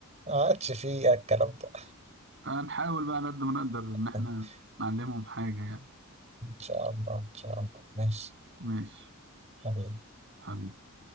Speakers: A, on the right (about 30°); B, on the right (about 55°).
A: ما عادش فيه الكلام ده
B: فنحاول بقى على قد ما نقدر ان احنا
A: <laughs>
B: نعلمهم حاجة يعني
A: إن شاء الله إن شاء الله ماشي
B: ماشي
A: حبيبي
B: حبيبي